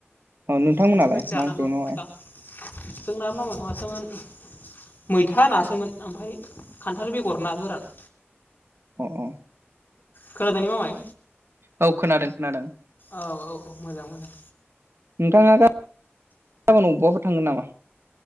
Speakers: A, on the right (about 65°); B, on the left (about 50°).
A: औ नोंथांमोनालाय
B: बिदिखौनो जानांगौ
A: मा ओंख्रि जानायमोन
B: दा जोंना मामाय माबासोमोन मैथा नासोमोन ओमफ्राय खान्थाल बेगर ना गोरान
A: अ औ
B: खोनादोंने मामाय
A: <unintelligible> औ खोनादों खोनादों
B: औ औ औ मोजां मोजां
A: नोंथाङा गाबोन बबेयावबाफोर थांगोन नामा